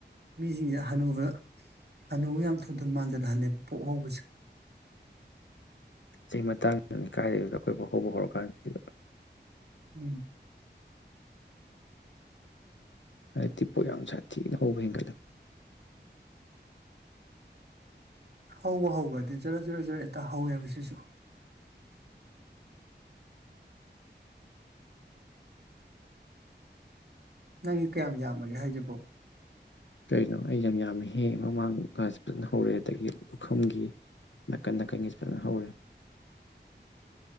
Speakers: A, on the right (about 60°); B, on the left (about 80°).
A: ꯃꯤꯁꯤꯡꯁꯤꯦ ꯍꯅꯨꯕ ꯍꯅꯨ ꯌꯥꯝ ꯊꯨ ꯊꯨ ꯃꯥꯟꯁꯤꯜꯍꯜꯂꯦꯕ ꯄꯣꯛ ꯍꯧꯕꯁ
B: ꯑꯩ ꯃꯇꯥꯡ ꯏꯀꯥꯏꯕꯗ ꯑꯩꯈꯣꯏ ꯍꯣꯧꯕ ꯍꯧꯔꯛꯀꯥꯟꯁꯤ
A: ꯎꯝ
B: ꯍꯥꯏ ꯇꯤꯄꯒꯒꯥꯁ ꯊꯤꯅ ꯍꯧꯕ ꯍꯦꯟꯒ꯭ꯔꯗ <inaudible>
A: ꯍꯧꯕ ꯍꯧꯕ ꯑꯗꯨ ꯖꯔ ꯖꯔ ꯖꯔꯦ ꯍꯦꯛꯇ ꯍꯧꯋꯦ ꯁꯤꯁꯨ ꯅꯪ ꯀꯌꯥꯝ ꯌꯥꯝꯃꯒꯦ ꯍꯥꯏꯖꯕꯣ
B: ꯀꯩꯅꯣ ꯑꯩ ꯌꯥꯝ ꯌꯥꯝ ꯍꯦꯡꯉ ꯃꯃꯥꯡꯒꯁꯨ ꯐꯖꯅ ꯍꯧꯔꯦ ꯑꯗꯒꯤ ꯄꯨꯈꯝꯒꯤ ꯅꯥꯀꯟ ꯅꯥꯀꯟꯒꯤꯁꯨ ꯐꯖꯅ ꯍꯧꯔꯦ